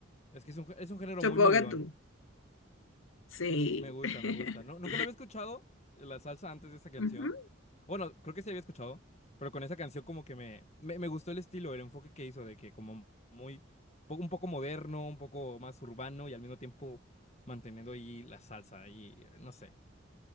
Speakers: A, on the left; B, on the left.
A: Es que es un, gé- es un género
B: Supongo
A: muy movidón.
B: que tú. Sí.
A: Me gusta,
B: <laughs>
A: me gusta. No, nunca lo había escuchado, la salsa antes de esa canción.
B: Ujú.
A: Bueno, creo que sí había escuchado, pero con esa canción como que me, me, me gustó el estilo, el enfoque que hizo de que como muy, po- un poco moderno, un poco más urbano y al mismo tiempo manteniendo ahí la salsa y eh, no sé.